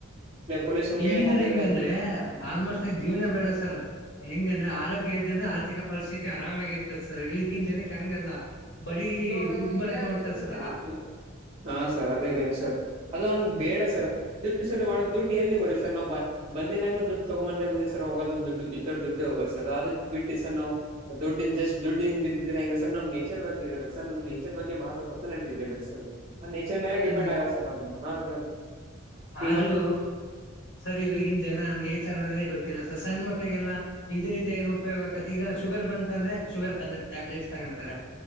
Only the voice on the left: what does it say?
ಈಗಿನಾರ
ಹೆಂಗಂದ್ರೆ
ಆಲ್ಮೋಸ್ಟ್ ಆ ಜೀವನ ಬೇಡ ಸರ್ ಹೆಂಗಂದ್ರೆ ಆರೋಗ್ಯ ಇದ್ರನ್ ತಿಕಾ ಪರಿಸ್ಥಿತಿ ಆರಾಮಾಗಿರ್ತದ ಸರ್ ಈಗಿನ ಜನಕ್ಕೆ ಹಂಗಲ್ಲ. ಬರೀ
ದುಡ್ಡು ಮಾಡ್ಕ್ ನೋಡ್ತಾರ
ಸರಾ.
ಅದು
ಆರು.
ಸರ್ ಇವ್ಗಿನ ಜನ ನೇಚರ್ ಅನ್ನೋದೇ ಗೊತ್ತಿಲ್ಲ ಸರ್ ಸಣ್ಣ ಮಕ್ಳಿಗೆಲ್ಲಾ ಇದರಿಂದ ಏನ್ ಉಪಯೋಗ. ಕತಿ ಈಗ ಶುಗರ್ ಬಂತ ಅಂದ್ರೆ ಶುಗರ್ ಟಲ್ ಟ್ಯಾಬ್ಲೆಟ್ಸ್ ತಗಂತಾರೆ